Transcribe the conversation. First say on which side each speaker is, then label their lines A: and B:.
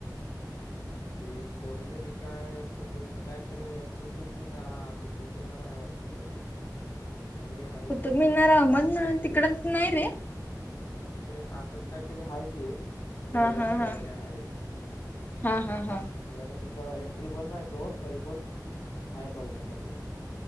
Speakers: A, on the left (about 55°); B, on the left (about 30°).
A: त कोणीतरी काय कुतुब काय तर कुतुबमिनार हा कुतुबमिनार आहे व बहुतेक. काहीतरी आहे
B: कुतुबमीनार
A: ते तसं
B: अहमद तिकड नाय रे.
A: कुठ तरी असाच काहीतरी हाय ते. महिला
B: हा हा
A: असल्या
B: हा
A: वाणी हाय.
B: हा हा हा
A: म्हणजे आता तिथं एंट्री बंद हाय सोड तरी पण हाय बघण्यासारखं ते.